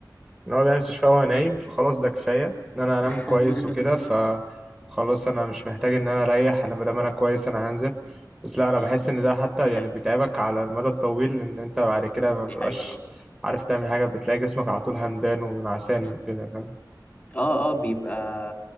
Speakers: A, in the centre; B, on the left.
A: ان هو بيعمل استشفاء وهو نايم
B: مم.
A: فخلاص ده كفايه ان انا انام
B: <laughs>
A: كويس وكده فخلاص انا مش محتاج ان انا اريح انا مادام انا كويس انا هنزل بس لا انا
B: مم.
A: بحس ان ده حتى
B: دي
A: يعني
B: حقيقة
A: بيتعبك على المدى الطويل ان انت بعد كده ما بتبقاش
B: دي حقيقة اه
A: عارف تعمل حاجه بتلاقي جسمك على طول همدان ونعسان
B: مم.
A: وكده فاهم
B: اه اه بيبقى